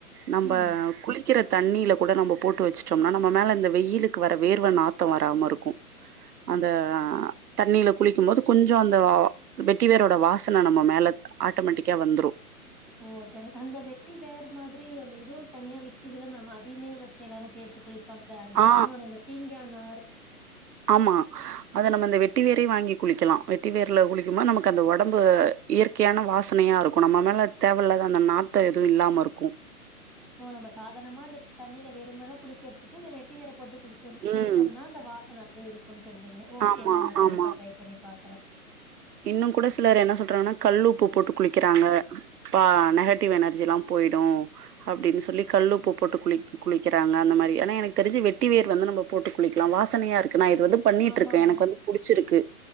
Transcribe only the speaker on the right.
நம்ப
குளிக் க்கிற தண்ணில கூட நம்ப போட்டு வச்சுட்டோம்னா நம்ம மேல இந்த வெயிலுக்கு வர வேர்வ நாத்தோ வராம இருக்கு அந்த அ தண்ணில குளிக்கும் போது கொஞ்ச அந்த வா வெட்டி வேரோட வாசன நம்ம மேல ஆட்டோமேட்டிக்கா வந்துரு
ஆ
ஆமா அத நம்ம அந்த வெட்டி வேரையு வாங்கி குளிக்கலா வெட்டி வேர்ல குளிக்கும்போது நமக்கு அந்த ஒடம்பு இயற்கையான வாசனையா இருக்கு நம்ம மேல தேவ இல்லாத அந்த நாத்த எதுவு இல்லாம இருக்கு
ம்
ஆமா
ஆமா
இன்னு கூட சிலர் என்ன சொல்றாங்கனா கல் உப்பு போட்டு குளிக்கிறாங்க பா நெகட்டிவ் எனர்ஜிலா போயிடு அப்டின்னு சொல்லி கல்லுப்பு போட்டு குளிக் குளிக்கிறாங்க அந்த மாரி ஏனா எனக்கு தெரிஞ்சு வெட்டி வேர் வந்து நம்ம போட்டு குளிக்கலா வாசனயா இருக்கு நா இது வந்து பண்ணிக்கிட்ருக்கே
எனக்கு வந்து புடிச்சிருக்கு